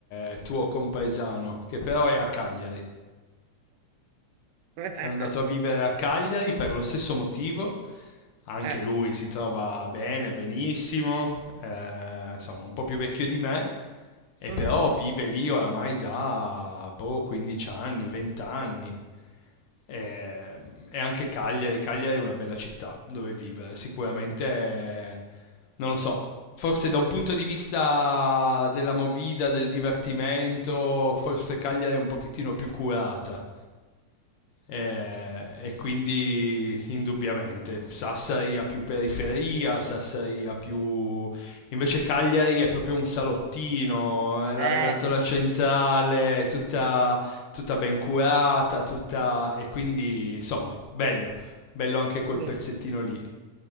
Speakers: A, on the left; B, on the right.
A: è tuo compaesano, che però è a Cagliari.
B: <laughs>
A: È andato a vivere a Cagliari per lo stesso motivo anche
B: Eh.
A: lui si trova bene, benissimo, eh, insomma un po' più vecchio di me, e
B: Mhm.
A: però vive lì oramai da boh, 15 anni, 20 anni. E, e anche Cagliari, Cagliari è una bella città dove vivere, sicuramente, eh, non lo so, forse da un punto di vista della movida, del divertimento, forse Cagliari è un pochettino più curata eh,
B: Sì.
A: e quindi indubbiamente Sassari ha più periferia, Sassari ha più... invece Cagliari è proprio un salottino, eh, la,
B: Eh,
A: la zona centrale è tutta, tutta ben curata, tutta... e quindi insomma,
B: sì,
A: bello, bello anche
B: sì.
A: quel pezzettino lì.